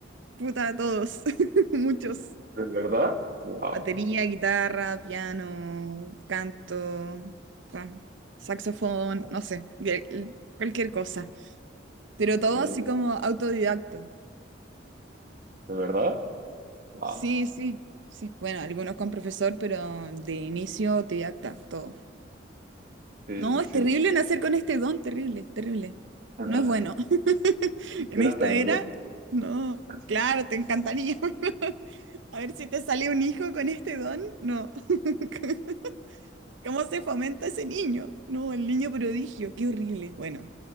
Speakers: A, on the right; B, on the right.
A: puta, todos, <laughs> muchos.
B: ¿De verdad? Wow,
A: Batería, guitarra, piano, canto, sa- saxofón,
B: wow,
A: no sé, de- l- cualquier cosa. Pero
B: increíble.
A: todo así como autodidacto.
B: ¿De verdad? Wow,
A: Sí, sí, sí. Bueno, algunos con profesor, pero de inicio autodidacta, todo.
B: sí,
A: No,
B: sí, sí.
A: es terrible nacer con este don, terrible, terrible.
B: <laughs>
A: No es bueno. <laughs>
B: Quisiera
A: En esta
B: tenerlo.
A: era, no,
B: <laughs>
A: claro, te encantaría. <laughs> A ver si te sale un hijo con este don. No. <laughs> ¿Cómo se fomenta ese niño? No, el niño prodigio, qué horrible. Bueno,